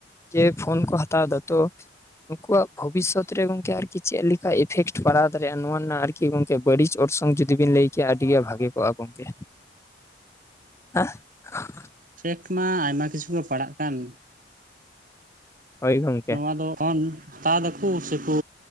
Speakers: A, on the left; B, on the right.
A: ᱡᱮ ᱯᱷᱳᱱ ᱠᱚ ᱦᱟᱛᱟᱣ ᱮᱫᱟ ᱛᱚᱼᱼ ᱱᱩᱠᱩᱣᱟᱜ ᱵᱷᱚᱵᱤᱥᱚᱛ ᱨᱮ ᱜᱚᱝᱠᱮ ᱟᱨᱠᱤ ᱪᱮᱫ ᱞᱮᱠᱟ ᱤᱯᱷᱮᱠᱴ ᱯᱟᱲᱟᱣ ᱫᱟᱲᱮᱭᱟᱜᱼᱟ ᱱᱚᱣᱟ ᱨᱮᱱᱟᱜ ᱟᱨ ᱠᱤ ᱜᱚᱢᱠᱮ ᱵᱟᱹᱲᱤᱡᱽ ᱚᱨᱥᱚᱝ ᱡᱩᱫᱤ ᱵᱤᱱ ᱞᱟᱹᱭ ᱠᱮᱭᱟ ᱟᱹᱰᱤᱜᱮ ᱵᱷᱟᱜᱮ ᱠᱚᱜᱼᱟ ᱜᱚᱢᱠᱮ? <unintelligible>
B: ᱯᱷᱮᱠᱴ ᱢᱟ ᱟᱭᱢᱟ ᱠᱤᱪᱷᱩ ᱜᱮ ᱯᱟᱲᱟᱜ ᱠᱟᱱ᱾
A: ᱦᱳᱭ ᱜᱚᱝᱠᱮ
B: ᱱᱚᱣᱟ ᱫᱚ ᱚᱱ ᱦᱟᱛᱟᱣ ᱫᱟᱠᱚ ᱥᱮᱠᱚ